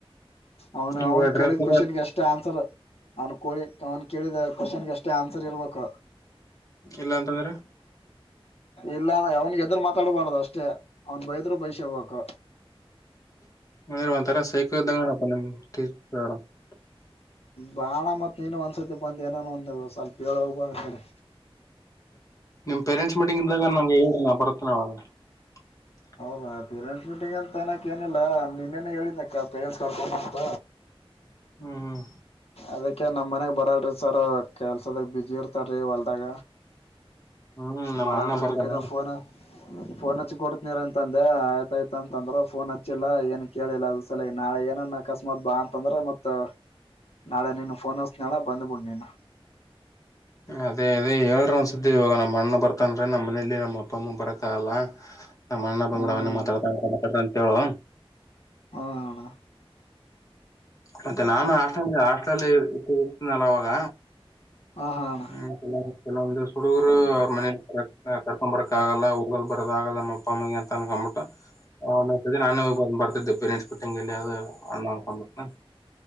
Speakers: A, on the left (about 85°); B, on the left (about 35°).
A: ಅವನು
B: ಈಗ
A: ಅವ್ನ್
B: ಡ್ರೆಸ್
A: ಕೇಳಿದ್ ಕೋಶನ್ ಗೆ ಅಷ್ಟೇ ಆನ್ಸರ್ ಅವ್ನು <unintelligible> ಅವನ್ ಕೇಳಿದ ಕ್ವಶನ್ಗೆ <unintelligible> ಆನ್ಸರ್ ಇರಬೇಕು.
B: ಇಲ್ಲ ಅಂತಂದ್ರೆ
A: ಇಲ್ಲ ಅವ್ನ್ ಎದರು ಮಾತಾಡ್ಬಾರದು ಅಷ್ಟೇ ಅವ್ನ್ ಬೈದ್ರು ಬೈಸ್ಕೆ ಬೇಕು.
B: <unintelligible> ಸೈಕೋ ಇದಾಗ ನಿಮ್ <unintelligible>
A: ಬಾಣ ಮತ್ ನೀನು ಒಂದ್ಸರ್ತಿ ಬಂದ ಏನಾನ ಒಂದ ಸ್ವಲ್ಪ ಹೇಳ್ <unintelligible> ಆಕಡೆ
B: ನಿಮ್ ಪೇರೆಂಟ್ಸ್ ಮೀಟಿಂಗ್ ಇದ್ದಾಗ ನಂಗೆ ಹೇಳರೀ ನಾ ಬರ್ತನಿ <unintelligible>
A: ಹ ಪೇರೆಂಟ್ಸ್ ಮೀಟಿಂಗ್ ಅಂತ ಅನಕ್ ಏನಿಲ್ಲ ನಿನ್ನೇನೆ ಹೇಳಿದ್ನಕ್ಕ ಪೇರೆಂಟ್ಸ್ ಕಳ್ಕೊಂಡ ಅಂತ.
B: ಹ್ಮ್
A: ಅದಕ್ಕೆ ನಮ್ ಮನಗ್ ಬರಲ್ರಿ ಸರ್ ಕೆಲ್ಸದ ಬ್ಯುಸಿ ಇರ್ತಾರಿ ಹೊಲ್ದಾಗ.
B: ಹ್ಮ್ ನಮ್ಮ
A: ಬರಲ್ರಿ
B: ಅಣ್ಣ ಬರ್ತಾನೆ
A: ಬೇಕದ ಫೋನ್ ಫೋನ್ ಹಚ್ಚಿ ಕೊಡ್ತನಿರು ಅಂತಂದೆ ಅಯ್ತೇತಯ್ತ್ ಅಂತಂದ್ರು ಫೋನ್ ಹಚ್ಚಿಲ್ಲಾ ಏನ್ ಕೇಳಿಲ್ಲ <unintelligible> ನಾಳೆ ಏನನ್ ಅಕಸ್ಮಾತ್ ಬಾ ಅಂತಂದ್ರ ಮತ್. ನಾಳೆ ನೀನು ಫೋನ್ <unintelligible> ಬಂದ್ಬಿಡು <unintelligible>
B: ಅದೇ ಅದೇ ಹೇಳ್ರ ಒಂದಸ್ದಿ ಇವಾಗ ನಮ್ಮ್ ಅಣ್ಣ ಬರ್ತನ್ರೀ ನಮ್ಮ್ ಮನೇಲಿ ನಮ್ಮ ಅಪ್ಪ ಅಮ್ಮ ಬರಕ್ಕಾಗಲ್ಲ ನಮ್ಮ ಮಣ್ಣ ಬಂದು
A: ಹ್ಮ್
B: <unintelligible> ಮಾತಡ್ತ <unintelligible> ಅಂತ ಹೇಳು
A: ಹ <unintelligible> ಅಣ್ಣ
B: ಮತ್ತೆ ನಾನು ಹಾಸ್ಟೆಲ್ ಹಾಸ್ಟೆಲ್ಲಿ ಇ <unintelligible> ಇರ್ತೀನಲ್ಲ ಅವಾಗ
A: ಹಾ ಹಾ ಅಣ್ಣ
B: ಹ್ಮ <unintelligible> ಕೆಲವೊಂದು ಹುಡುಗರು ಅವ್ರ ಮನೇಲ ಕರ್ಕೊಂಡ್ ಬರಕ್ ಆಗಲ್ಲ ಹೋಗಲ್ ಬರೋದ ಆಗಲ್ಲ ನಮ್ಮ ಅಪ್ಪ ಅಮ್ಮಗೆ ಅಂತ ಅನ್ಕೊಂಡ್ಬಿಟ್ಟು ನಾನು ಬರ ಬರತ್ದಪ್ಪ ನಷ್ಟಪಟ್ಟೆಂಗಲ್ಲಿ ಅದು ಅಣ್ಣ